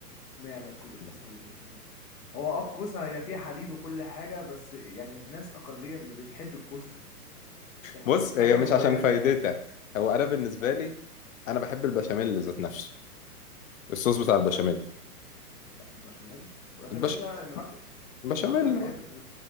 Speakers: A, on the left (about 75°); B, on the left (about 55°).
A: معنى الكوسة
B: <laughs> بس
A: بالبشاميل هو اه الكوسة هي فيها حديد وكل حاجة بس يعني ناس أقلية اللي بتحب الكوسة <laughs>
B: بص هي
A: حاجة
B: مش
A: بص مميزة
B: عشان فايدتها
A: يعني
B: هو انا بالنسبه
A: انت
B: لي
A: آه،
B: انا بحب البشاميل
A: عارف
B: ذات نفسه الصوص بتاع البشاميل
A: لا لا البشاميل البشاميل
B: البش...
A: ده من أكتر
B: البشاميل
A: من أكتر الحاجات
B: آه،
A: البشاميل